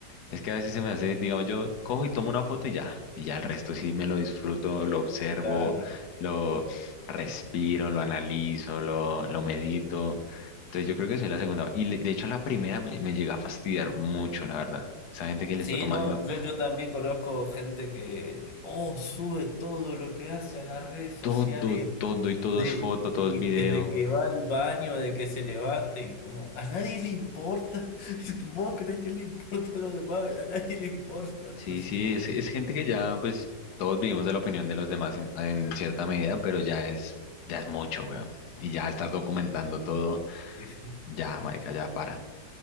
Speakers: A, on the left (about 65°); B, on the left (about 80°).
A: Es que a veces se me hace, digamos, yo cojo y tomo una foto y ya, y ya el resto sí me lo disfruto, lo observo,
B: claro.
A: lo respiro, lo analizo, lo, lo medito. Entonces yo creo que soy la segunda. Y le- de hecho la primera me, me llega a fastidiar mucho, la verdad. Esa gente que
B: Sí,
A: le está tomando
B: no, yo, yo también conozco gente que, oh, sube todo lo que hace a las redes sociales
A: todo, todo y todo
B: De,
A: es foto, todo
B: sí,
A: es video.
B: desde que va al baño, de que se levante, y como a nadie le importa. <laughs> ¿Vos crees que le importa a los demás? A nadie le importa. en
A: Sí,
B: realidad.
A: sí, es, es gente que ya, pues, todos vivimos de la opinión de los demás en, en cierta medida, pero ya es, ya es mucho, weón. Y ya estar documentando todo,
B: Sí, sí,
A: ya, marica, ya para.